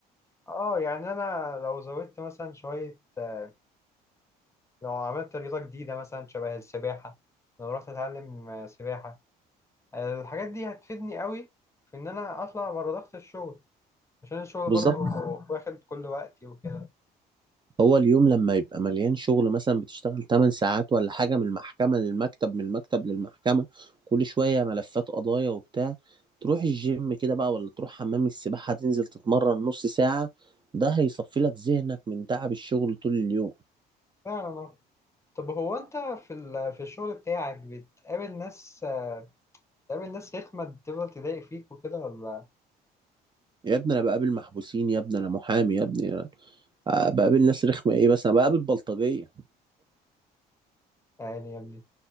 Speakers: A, on the left; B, on the right.
A: اه يعني أنا لو زودت مثلا شوية آه، لو عملت رياضة جديدة مثلا شبه السباحة لو رحت أتعلم آه، سباحة الحاجات دي هتفيدني قوي في ان انا اطلع بره ضغط الشغل عشان الشغل
B: بالظبط
A: برضو واخد كل وقتي وكده
B: هو اليوم لما يبقى مليان شغل مثلا بتشتغل 8 ساعات ولا حاجة من المحكمة للمكتب من المكتب للمحكمة كل شوية ملفات قضايا وبتاع تروح الجيم كده بقى ولا تروح حمام السباحة تنزل تتمرن نص ساعة ده هيصفي لك ذهنك من تعب الشغل طول اليوم
A: فعلا آه. طب هو انت في ال- في الشغل بتاعك بتقابل ناس بتقابل ناس رخمة بتفضل تضايق فيك وكده ولا
B: يا ابني انا بقابل محبوسين يا ابني انا محامي يا ابني أنا آه، بقابل ناس رخمة ايه بس انا بقابل بلطجية
A: يعني يا ابني